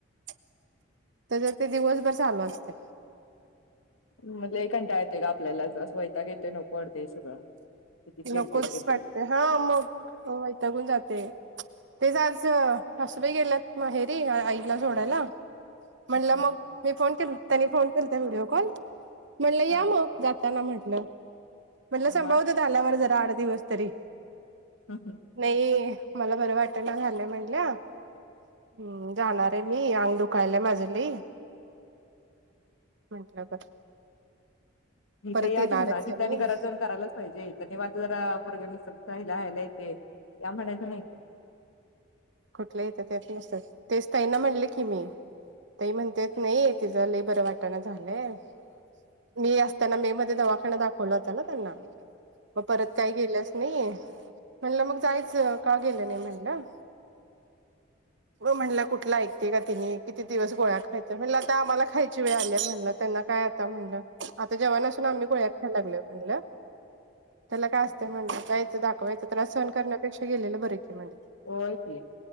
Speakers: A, on the right; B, on the left.
A: त्याच ते दिवसभर चालू असत.
B: <inaudible> म लय कंटाळा येतोय ग आपल्याला च अस वैताग येतोय नको वाटतंय सगळं. किती किरकिर
A: नकोच
B: किरकिर
A: वाटते हां मग वैतागून जाते. तेच आज सासुबाई गेल्यात माहेरी आईला सोडायला म्हणलं
B: अच्छा
A: मग मी फोन के त्यांनी फोन केलत्या व्हिडिओ कॉल म्हणलं या
B: हा
A: मग जाताना म्हटलं. म्हटलं
B: मग
A: संभाळुदेत आल्यावर जरा आठ दिवस तरी.
B: हं.
A: नाही मला बरं वाटना झालंय म्हटलं हम्म जाणार आहे मी अंग दुखायलाय माझ लय म्हटलं बर
B: इथ
A: परत
B: यां
A: येणारच
B: की म्हणाव तिंथ
A: आहे मी
B: आणि घरात जाऊन करायलाच पाहिजे तर निवांत जरा पोरग मिसळत रहायला येतय या म्हणायचं नाही.
A: कुठल्या येतं त्यात नसतात तेच ताई नां म्हणले की मी. ताई म्हणतेेत नाही तिचं लई बरं वाटणा झालंय. मी असताना मे मध्ये दवाखाना दाखवला होता ना त्यांना. मग परत काही गेल्याच नाही म्हटलं मग जायचं का गेलं नाही म्हणलं मग म्हटलं कुठल ऐकतेय का तिने किती दिवस गोळ्या खायच्या म्हणलं आता आम्हांला खायची वेळ आल्या म्हणलं त्यांना काय आता म्हणल आता जेव्हा पासुन आम्ही गोळ्या खायला लागलोय म्हणल त्याला काय असतय
B: हा.
A: म्हणल जायच दाखवा त्रास सहण करण्यापेक्षा गेलेल बर की म्हणल.
B: होय की.